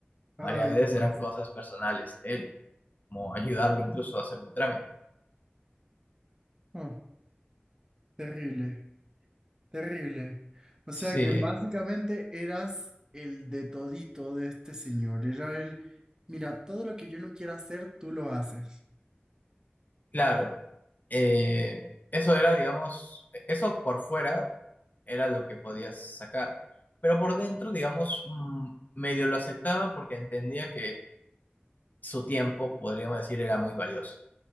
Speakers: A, on the left; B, on the right.
A: Varias
B: Ay,
A: veces
B: Dios,
A: eran cosas personales de él, como ayudarlo incluso a hacer un trámite.
B: ah, terrible. Terrible. O
A: Sí,
B: sea que básicamente eras el de todito de este señor. Era el, mira, todo lo que yo no quiera hacer, tú lo haces.
A: claro. Eh, eso era, digamos, e, eso por fuera era lo que podías sacar, pero por dentro, digamos, mm, medio lo aceptaba porque entendía que su tiempo, podríamos decir, era muy valioso.